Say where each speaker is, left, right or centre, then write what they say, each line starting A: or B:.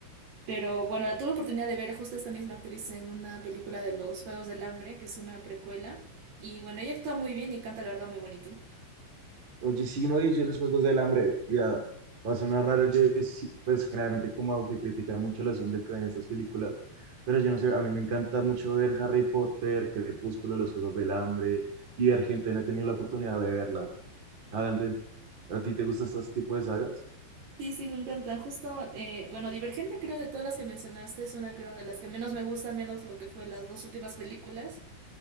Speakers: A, on the right; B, on the right.
A: Pero bueno, la tuve oportunidad de ver justo esta misma actriz en una película de Los Juegos del Hambre, que es una precuela. Y bueno, ella actúa muy bien y canta la verdad muy bonito.
B: Oye, sí, no yo los Juegos del Hambre. Mira, va a sonar raro. Yo, sí, pues, generalmente, como de criticar mucho a los hombres que ven estas películas. Pero yo no sé, a mí me encanta mucho ver Harry Potter, Crepúsculo, los Juegos del Hambre, Divergente. No he tenido la oportunidad de verla. Adam, ¿a ti te gustan estos tipos de sagas?
A: Sí, sí, me encantan. Justo, eh, bueno, Divergente creo de todas las que mencionaste es una creo de las que menos me gusta, al menos lo que fue las dos últimas películas,